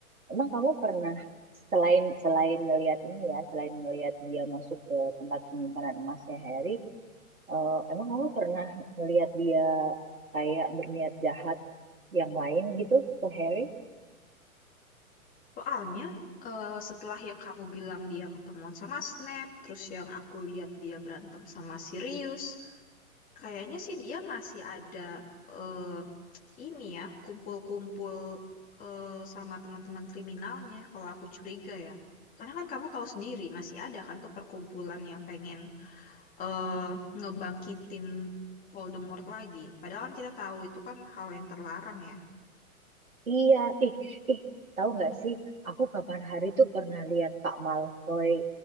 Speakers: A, on the right; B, on the left.
A: Emang kamu pernah selain selain ngelihat ini ya, selain ngelihat dia masuk ke tempat penyimpanan emasnya Harry, eh, emang kamu pernah ngelihat dia kayak berniat jahat yang lain gitu ke Harry?
B: Soalnya eh, setelah yang kamu bilang dia ketemuan sama Snape, terus yang aku lihat dia berantem sama Sirius, Kayaknya sih dia masih ada eh, ini ya, kumpul-kumpul eh, sama teman-teman kriminalnya, kalau aku curiga ya. Karena kan kamu tahu sendiri, masih ada kan tuh perkumpulan yang pengen eh, ngebangkitin Voldemort lagi. Padahal kan kita tahu itu kan hal yang terlarang ya.
A: Iya, ih, ih, tahu nggak sih? Aku kapan hari tuh pernah lihat Kak Malfoy